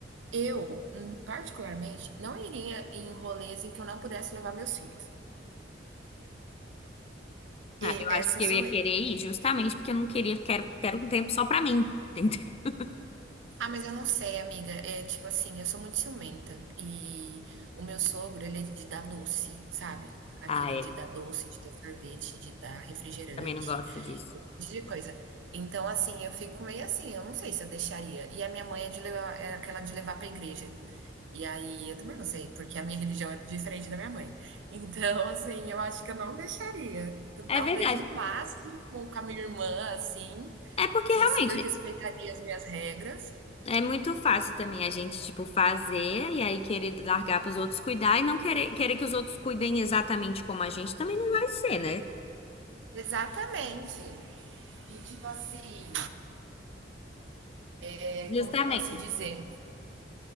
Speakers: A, on the right; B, on the left.
A: eu, hum, particularmente, não iria em rolês em que eu não pudesse levar meus filhos.
B: Ah,
A: E
B: eu acho
A: essa
B: que eu
A: sou
B: ia
A: eu.
B: querer ir, justamente porque eu não queria, quero, quero um tempo só pra mim, <laughs> entendeu?
A: Ah, mas eu não sei, amiga. É tipo assim, eu sou muito ciumenta. E o meu sogro, ele é de dar doce, sabe? Aquele
B: Ah, é.
A: de dar doce, de dar sorvete, de dar refrigerante,
B: Também não gosto disso.
A: um monte de coisa. Então, assim, eu fico meio assim, eu não sei se eu deixaria. E a minha mãe é de levar, é aquela de levar pra igreja. E aí, eu também não sei, porque a minha <laughs> religião é diferente da minha mãe. Então, assim, eu acho que eu não deixaria. Então,
B: É
A: talvez
B: verdade.
A: no máximo com com a minha irmã, assim,
B: É porque
A: que
B: realmente
A: super respeitaria as minhas regras.
B: É muito fácil também a gente, tipo, fazer e aí querer largar pros outros cuidar e não querer, querer que os outros cuidem exatamente como a gente também não vai ser, né?
A: Exatamente. E tipo assim, é,
B: Justamente.
A: como que eu posso dizer?